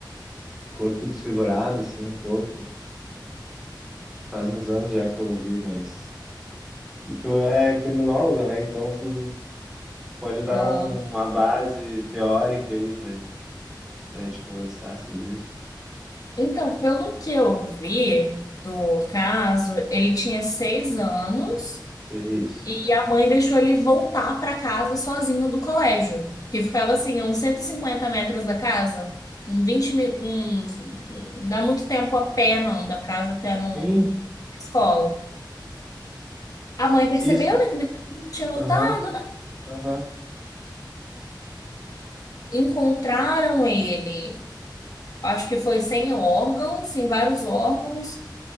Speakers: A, in the centre; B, on the left.
A: o corpo desfigurado, assim, um pouco. Faz uns anos já que eu ouvi, mas... E tu é criminóloga, né? Então tu pode dar
B: Ah,
A: um, uma base teórica aí pra, pra gente conversar sobre isso.
B: Então, pelo que eu vi do caso, ele tinha seis anos.
A: Sei isso.
B: E a mãe deixou ele voltar para casa sozinho do colégio, que ficava assim, a uns 150 metros da casa, um 20 mi- uns, não dá muito tempo a pé não, da casa até no
A: Sim,
B: a escola. A mãe percebeu,
A: isso.
B: né, que o menino não tinha voltado,
A: Aham,
B: né?
A: aham.
B: Encontraram ele, acho que foi sem órgãos, sem vários órgãos,